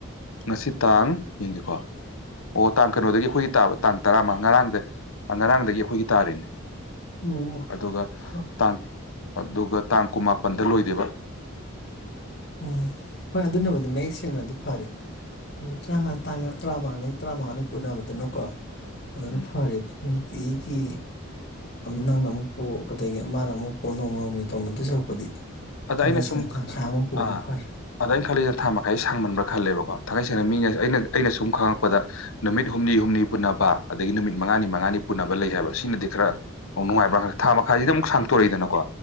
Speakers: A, on the left (about 80°); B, on the left (about 50°).
A: ꯉꯁꯤ ꯇꯥꯡ ꯌꯦꯡꯁꯤꯀꯣ ꯑꯣ ꯇꯥꯡ ꯀꯩꯅꯣꯗꯒꯤ ꯑꯩꯈꯣꯏꯒꯤ ꯇꯥꯕ ꯇꯥꯡ ꯇꯔꯥꯃꯉꯥ ꯉꯔꯥꯡꯗ ꯉꯔꯥꯡꯗꯒꯤ ꯑꯩꯈꯣꯏꯒꯤ ꯇꯥꯔꯤꯅꯦ
B: ꯎꯝ
A: ꯑꯗꯨꯒ
B: ꯐ
A: ꯇꯥꯡ ꯑꯗꯨꯒ ꯇꯥꯡ ꯀꯨꯟꯃꯥꯄꯟꯗ ꯂꯣꯏꯗꯦꯏꯕ
B: ꯎꯝ ꯍꯣꯏ ꯑꯗꯨꯅꯕꯨꯗꯤ ꯃꯌꯦꯛ ꯁꯦꯡꯅꯗꯤ ꯐꯔꯦ ꯅꯨꯃꯤꯠ ꯇꯔꯥꯃꯉꯥ ꯇꯔꯥꯉꯥ ꯇꯔꯥꯃꯉꯥꯅꯤ ꯇꯔꯥꯃꯉꯥꯅꯤ ꯄꯨꯅꯕꯗꯨꯅ ꯀꯣ ꯑꯗꯨꯅ
A: ꯎꯝ
B: ꯐꯔꯦꯕ ꯅꯨꯡꯇꯤꯒꯤ ꯅꯪꯅ ꯑꯃꯨꯛ ꯄꯨ ꯑꯗꯒꯤ ꯑꯃꯅ ꯑꯃꯨꯛ ꯄꯨ ꯅꯣꯡꯃ ꯅꯣꯡꯃꯒꯤ ꯇꯧꯅꯗꯣꯏ ꯁꯔꯨꯛꯄꯨꯗꯤ
A: ꯑꯗ
B: ꯊꯥꯡꯉꯩꯁꯦꯡꯅ
A: ꯑꯩꯅ ꯁꯨꯝ
B: ꯇꯥꯡꯈꯥꯏ ꯑꯃ ꯄꯨꯕꯅ
A: ꯑꯥ
B: ꯐꯥꯔꯦ
A: ꯑꯗ ꯑꯩꯅ ꯈꯜꯂꯤꯁꯦ ꯊꯥ ꯃꯈꯥꯏꯁꯦ ꯁꯥꯡꯃꯟꯕ꯭ꯔꯥ ꯈꯜꯂꯦꯕꯀꯣ ꯊꯥꯡꯒꯩꯁꯦꯡꯅ ꯃꯤꯅ ꯑꯩꯅ ꯑꯩꯅ ꯁꯨꯝ ꯈꯪꯉꯛꯄꯗ ꯅꯨꯃꯤꯠ ꯍꯨꯝꯅꯤ ꯍꯨꯝꯅꯤ ꯄꯨꯟꯅꯕ ꯑꯗꯒꯤ ꯅꯨꯃꯤꯠ ꯃꯉꯥꯅꯤ ꯃꯉꯥꯅꯤ ꯄꯨꯟꯅꯕ ꯂꯩ ꯍꯥꯏꯕ ꯁꯤꯅꯗꯤ ꯈꯔ ꯑꯣꯧ ꯅꯨꯡꯉꯕ꯭ꯔꯥ ꯈ ꯊꯥ ꯃꯈꯥꯁꯤꯗꯤ ꯑꯃꯨꯛ ꯁꯥꯡꯇꯣꯔꯛꯏꯗꯅꯀꯣ